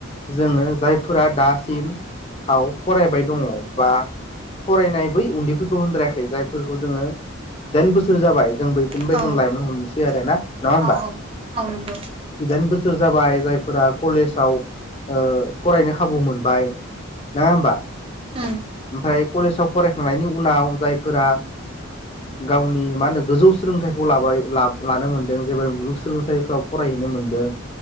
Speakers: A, on the left; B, on the right.
A: जोङो जायफोरा दासिम आव फरायबाय दङ बा फरायनाय बै उन्दैफोरखौ होनद्रायाखै जायफोरखौ जोङो जिदाइन बोसोर जाबाय जों बैफोरनिफाय
B: औ
A: जों लाइमोन हमनोसै आरो ना नङा होमबा
B: औ औ नंगौ
A: दाइन बोसोर जाबाय जायफोरा कलेजाव ओ फरायनो खाबु मोनबाय। नोङा होमबा
B: उम
A: ओमफाय कलेजाव फरायखांनायनि उनाव जायफोरा गावनि मा होनो गोजौ सोलोंथाइखौ लाबाय ला लानो मोनदों जेबायै मुलुगसोलोंसालिफ्राव फरायहैनो मोनदों